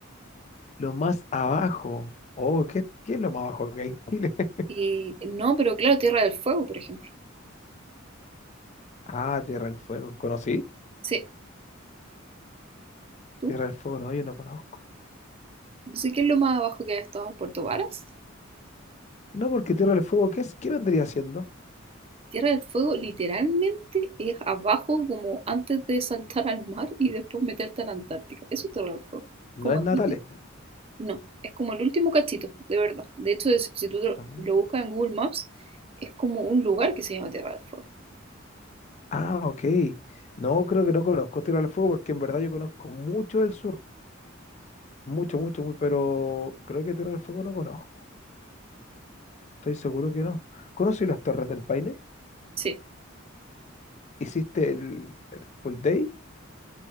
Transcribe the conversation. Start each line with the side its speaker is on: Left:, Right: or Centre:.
Left: Lo más abajo, oh, ¿qué, qué es lo más abajo que hay en Chile? <laughs>
Right: Eh, no, pero claro, Tierra del Fuego, por ejemplo.
Left: Ah, Tierra del Fuego, ¿conocí?
Right: Sí, tú.
Left: Tierra del Fuego, no, yo no conozco.
Right: No sé qué es lo más abajo que has estado, Puerto Varas.
Left: No, porque Tierra del Fuego, ¿qué es, qué vendría siendo?
Right: Tierra del Fuego literalmente es abajo como antes de saltar al mar y después meterte a la Antártica. Eso es Tierra del Fuego.
Left: No
Right: Como
Left: es
Right: el
Left: Natales,
Right: ulti-
Left: po.
Right: no, es como el último cachito, de verdad. De hecho, es- si tú lo
Left: Mm.
Right: lo buscas en Google Maps, es como un lugar que se llama Tierra del Fuego.
Left: Ah, ok. No, creo que no conozco Tierra del Fuego porque en verdad yo conozco mucho del sur, mucho, mucho, muy, pero creo que Tierra del Fuego no conozco. Estoy seguro que no. ¿Conocí las Torres del Paine?
Right: Sí.
Left: ¿Hiciste el, el full day?